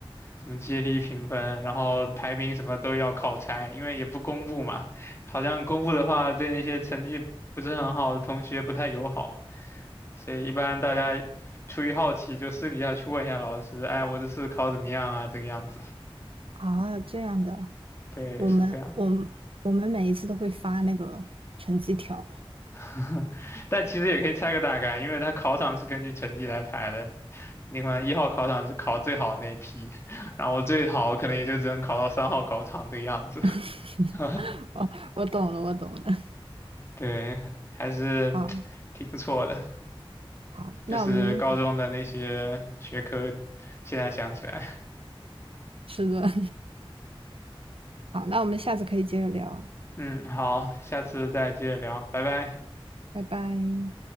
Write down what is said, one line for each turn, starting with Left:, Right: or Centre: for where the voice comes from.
Left: 什么阶梯评分，然后排名什么都要靠猜，因为也不公布嘛。好像公布的话，对那些成绩不是很好的同学不太友好，所以一般大家出于好奇就私底下去问一下老师，哎，我这次考怎么样啊？这个样子。
Right: 啊，这样的。
Left: 对，
Right: 我们我们我们每一次都会发那个成绩条。
Left: 是这样。<laughs> 但其实也可以猜个大概，因为他考场是根据成绩来排的。你可能一号考场是考最好的那一批，<laughs> 然后我最好可能也就只能考到三号考场这个样子。
Right: <laughs>
Left: <laughs>
Right: 哦，我懂了，我懂了。
Left: 对，还是
Right: 啊，
Left: 挺不错的。
Right: 好，
Left: 就是高中的那些学科，
Right: 那我们
Left: 现在想起来，
Right: 是的，<laughs> 好，那我们下次可以接着聊。
Left: 嗯，好，下次再接着聊，拜拜。
Right: 拜拜。